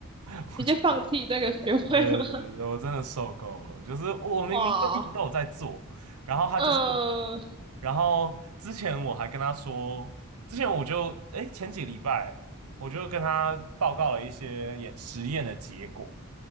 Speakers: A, on the right (about 85°); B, on the right (about 25°).
A: <laughs>
B: 直接放弃这个学位了？
A: 我就不要。对对对对，我真的受够了，就是我明明就一直都有在做，
B: <laughs> 哇，
A: 然后他就是不理，
B: 嗯
A: 然后之前我还跟他说，之前我就哎前几礼拜我就跟他报告了一些演实验的结果。